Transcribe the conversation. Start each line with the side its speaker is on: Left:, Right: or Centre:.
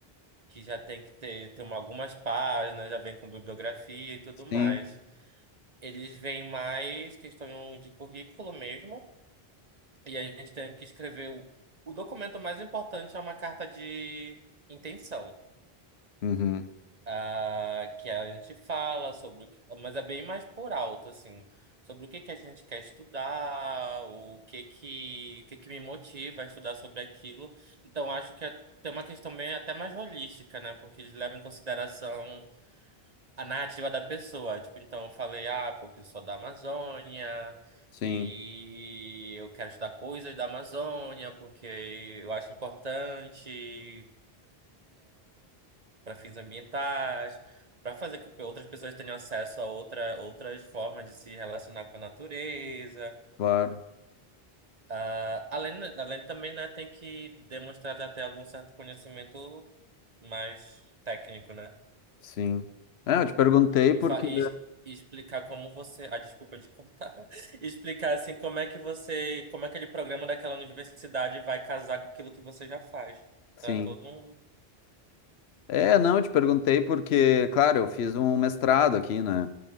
Right: Que já tem que ter, ter uma- algumas páginas, já vem com bibliografia e tudo
Left: Sim,
Right: mais. Eles veem mais questão de currículo mesmo. E a gente tem que escrever o, o documento mais importante é uma carta de intenção.
Left: uhum,
Right: ah, que a gente fala sobre o que, mas é bem mais por alto, assim, sobre o que que a gente quer estudar, o que que, o que que me motiva a estudar sobre aquilo. Então, acho que é, tem uma questão bem até mais holística, né? Porque eles levam em consideração a narrativa da pessoa. Tipo, então eu falei, ah, porque eu sou da Amazônia
Left: sim,
Right: e eu quero estudar coisas da Amazônia porque eu acho importante para fins ambientais, para fazer com que outras pessoas tenham acesso a outra, outras formas de se relacionar com a natureza.
Left: claro,
Right: Ah, além, além também, né, tem que demonstrar até algum certo conhecimento mais técnico, né?
Left: sim. É, eu te perguntei
Right: E,
Left: porque...
Right: fa- e- e explicar como você. Ah, desculpa de cortar. <laughs> Explicar assim como é que você. Como aquele programa daquela universidade vai casar com aquilo que você já faz.
Left: Sim.
Right: Então é todo um.
Left: É, não, eu te perguntei porque, claro, eu fiz um mestrado aqui, né?